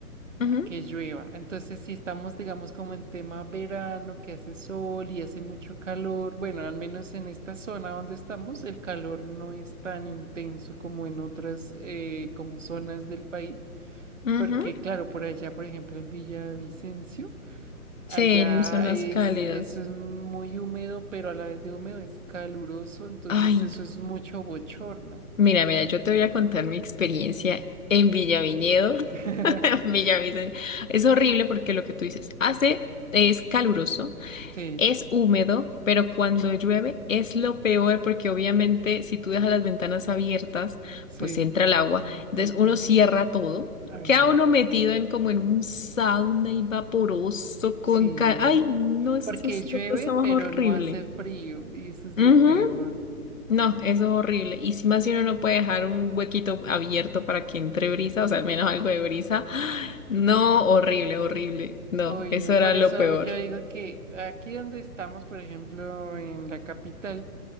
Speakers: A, on the left; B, on the right.
A: Ujú,
B: a que llueva. Entonces, si estamos, digamos, como en tema verano, que hace sol y hace mucho calor, bueno, al menos en esta zona donde estamos, el calor no es tan intenso como en otras, eh, como zonas del país,
A: ujú.
B: porque claro, por allá, por ejemplo, en Villavicencio. Allá
A: Sí, en zonas
B: es,
A: cálidas.
B: eso es muy húmedo, pero a la vez de húmedo es caluroso, entonces
A: Ay,
B: eso
A: no.
B: es mucho bochorno.
A: Mira, mira, yo te voy a contar mi experiencia en Villaviñedo.
B: <laughs>
A: <laughs> Villavicencio. Es horrible porque lo que tú dices hace es caluroso.
B: Sí,
A: Es húmedo, pero cuando llueve es lo peor porque obviamente si tú dejas las ventanas abiertas,
B: sí.
A: pues entra el agua. Entonces
B: ujú,
A: uno cierra todo,
B: Ay,
A: queda
B: no.
A: uno metido en como en un sauna y vaporoso
B: Sí.
A: con... ca- Ay, no, eso
B: Porque
A: es
B: llueve,
A: la cosa
B: pero
A: más horrible.
B: no hace frío, y eso es
A: Ujú,
B: lo peor.
A: No, eso es horrible. Y si más si uno no puede dejar un huequito abierto para que entre brisa, o sea, al menos algo de brisa. <gasps> No, horrible, horrible. No,
B: Uy,
A: eso
B: no,
A: era
B: por
A: lo
B: eso
A: peor.
B: yo digo que aquí donde estamos, por ejemplo, en la capital,